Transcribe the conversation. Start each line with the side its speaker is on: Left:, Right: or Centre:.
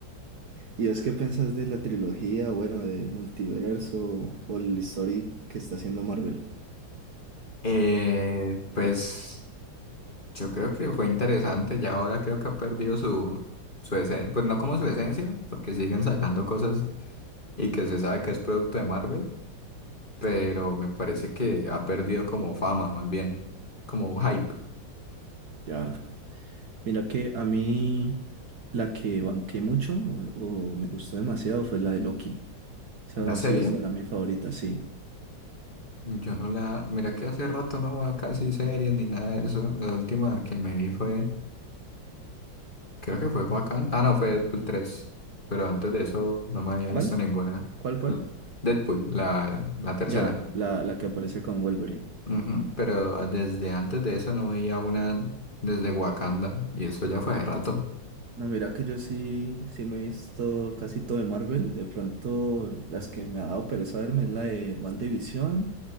Right: ¿Y es qué pensás de la trilogía, bueno, del multiverso o el story que está haciendo Marvel?
Left: Eh, pues yo creo que fue interesante, ya ahora creo que ha perdido su, su esencia, pues no como su esencia, porque siguen sacando cosas y que se sabe que es producto de Marvel, pero me parece que ha perdido como fama, más bien, como hype.
Right: Ya. Mira que a mí la que banqué mucho o, o me gustó demasiado fue la de Loki. Esa
Left: La serie,
Right: ha sido hasta ahora mi favorita, sí.
Left: yo no la, mira que hace rato no va casi series ni nada de eso, la última que me vi fue, creo que fue Wakanda, ah no, fue Deadpool 3 pero antes de eso no me había
Right: ¿Cuál?
Left: visto ninguna.
Right: ¿Cuál, cuál?
Left: L- Deadpool, la, la tercera.
Right: Ya, la, la que aparece con Wolverine.
Left: Ujú, Pero ah, desde antes de eso no veía una desde Wakanda y eso ya fue hace rato.
Right: No, mira que yo sí, sí me he visto casi todo de Marvel. De pronto, las que me ha dado pereza verme es la de WandaVision